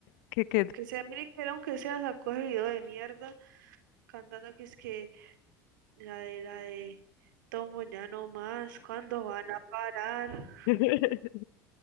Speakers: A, on the left; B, on the right.
A: que, que
B: Aunque sea, mire que era, aunque sea, sacó ese video de mierda. cantando que es que la de la de Tomo ya no más, ¿cuándo van a parar?
A: <laughs>